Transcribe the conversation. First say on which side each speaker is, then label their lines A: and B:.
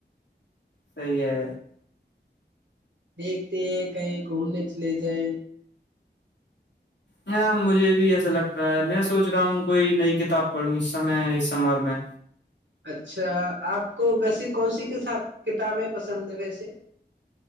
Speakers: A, on the left (about 75°); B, on the right (about 80°).
A: صی ہے
B: دیکھتے ہیں کہیں گھومنے لی تھے
A: ہاں مجھے بھی ایسا لگ رہا ہے میں سوچ رہا ہوں کوئی نئی کتاب پڑھوں اس سمے اس سمر میں
B: اچھا آپ کو ویسے کون سی کس کتابیں پسند ہے ویسے